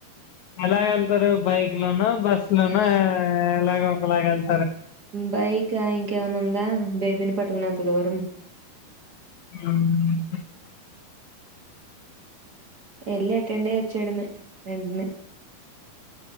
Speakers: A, on the left; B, on the right.
A: ఎలా వెళ్తారు బైక్ లోన బస్సు లోన ఎలాగో ఒకలాగ వెళ్
B: బైక్ ఇంకా ఇంకేమైనా ఉందా బేబీని పట్టుకున్నంత దూరం
A: హ్మ్
B: ఏలేట్ అటెండ్ అయ్యి వచ్చేయడమే వెంటనే